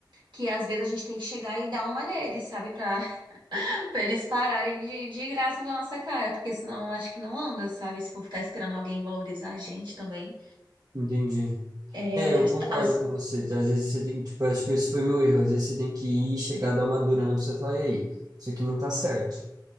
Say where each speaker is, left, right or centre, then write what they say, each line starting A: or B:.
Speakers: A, on the right; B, on the right.
A: que às vezes a gente tem que chegar e dar uma nele, sabe? Pra Pra eles pararem de, de graça com a nossa cara, porque senão acho que não anda, sabe? Se for ficar esperando alguém valorizar a gente também.
B: entendi.
A: É,
B: É, eu
A: as,
B: concordo
A: as-
B: com você. Às vezes você tem que, tipo, acho que esse foi meu erro. Às vezes você tem que ir, chegar, dar uma dura na pessoa e falar, e aí, isso aqui não tá certo.